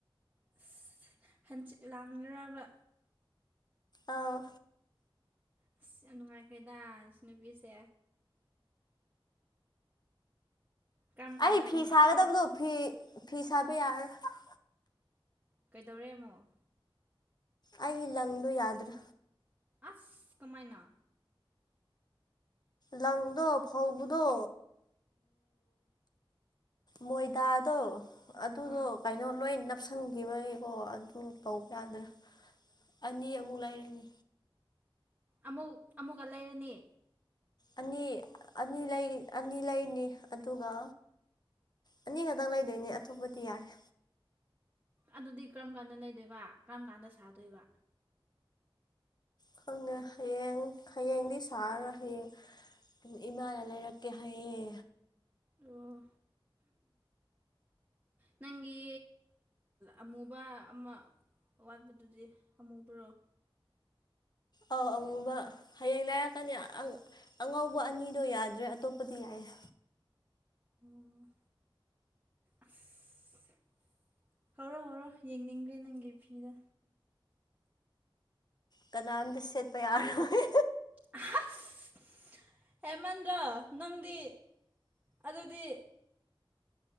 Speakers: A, on the right (about 15°); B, on the left (about 50°).
A: ꯑꯁ ꯍꯟꯆꯤꯠ ꯂꯥꯡꯉꯤꯔꯕ꯫
B: ꯑꯥ꯫
A: ꯑꯁ ꯌꯥꯝ ꯅꯨꯡꯉꯥꯏꯈ꯭ꯔꯦꯗ ꯁꯤ ꯅꯨꯄꯤꯁꯦ꯫ ꯀꯔꯝ ꯀꯥꯟꯗ
B: ꯑꯩ
A: ꯑꯃꯨꯛ
B: ꯐꯤ
A: ꯂꯥꯛꯀꯦꯔꯣ
B: ꯁꯥꯒꯗꯕꯗꯣ ꯐꯤ ꯐꯤ ꯁꯥꯕ ꯌꯥꯔꯔꯣꯏ꯫
A: ꯀꯩꯗꯧꯔꯦ ꯑꯃꯨꯛ꯫
B: ꯑꯩꯒꯤ ꯂꯪꯗꯣ ꯌꯥꯗ꯭ꯔꯦ꯫
A: ꯑꯁ ꯀꯃꯥꯏꯅ꯫
B: ꯂꯪꯗꯣ ꯐꯥꯎꯕꯗꯣ ꯃꯣꯏꯗꯥꯗꯣ ꯑꯗꯨꯗꯣ
A: ꯑꯥ
B: ꯀꯩꯅꯣ ꯂꯣꯏ ꯅꯥꯞ ꯅꯞꯁꯟꯈꯤꯕꯒꯤꯀꯣ ꯑꯗꯨ ꯇꯧꯕ ꯌꯥꯗ꯭ꯔꯦ ꯑꯅꯤ ꯑꯃꯨꯛ ꯂꯩꯔꯅꯤ꯫
A: ꯑꯃꯨꯛ ꯑꯃꯨꯛꯀ ꯂꯩꯔꯅꯤ꯫
B: ꯑꯅꯤ ꯑꯅꯤ ꯂꯩ ꯑꯅꯤ ꯂꯩꯅꯤ ꯑꯗꯨꯒ ꯑꯅꯤꯈꯛꯇꯪ ꯂꯩꯗꯣꯏꯅꯦ ꯑꯇꯣꯞꯄꯗꯤ ꯌꯥꯔꯦ꯫
A: ꯑꯗꯨꯗꯤ ꯀꯔꯝ ꯀꯥꯟꯗ ꯂꯩꯗꯣꯏꯕ ꯀꯔꯝ ꯀꯥꯟꯗ ꯁꯥꯗꯣꯏꯕ꯫
B: ꯈꯪꯗꯦ ꯍꯌꯦꯡ ꯍꯌꯦꯡꯗꯤ ꯁꯥꯔꯔꯣꯏ ꯍꯌꯦꯡ ꯏꯃꯥꯅ ꯂꯩꯔꯛꯀꯦ ꯍꯥꯏꯌꯦ꯫
A: ꯑꯣ꯫ ꯅꯪꯒꯤ ꯑꯃꯨꯕ ꯑꯃ ꯑꯋꯥꯠꯄꯗꯨꯗꯤ ꯑꯃꯨꯕꯔꯣ꯫
B: ꯑꯧ ꯑꯃꯨꯕ ꯍꯌꯦꯡ ꯂꯥꯏꯔꯛꯀꯅꯤ ꯑꯪ ꯑꯉꯧꯕ ꯑꯅꯤꯗꯣ ꯌꯥꯗ꯭ꯔꯦ ꯑꯇꯣꯞꯄꯗꯤ ꯌꯥꯏꯌꯦ꯫
A: ꯑꯣ ꯑꯁ꯫ ꯍꯧꯔꯣ ꯍꯧꯔꯣ ꯌꯦꯡꯅꯤꯡꯒꯔꯦ ꯅꯪꯒꯤ ꯐꯤꯗꯣ꯫
B: ꯀꯅꯥꯝꯇ ꯁꯦꯠꯄ ꯌꯥꯔꯣꯏ꯫
A: <unintelligible> ꯍꯦꯃꯟꯗ꯭ꯔꯣ ꯅꯪꯗꯤ ꯑꯗꯨꯗꯤ꯫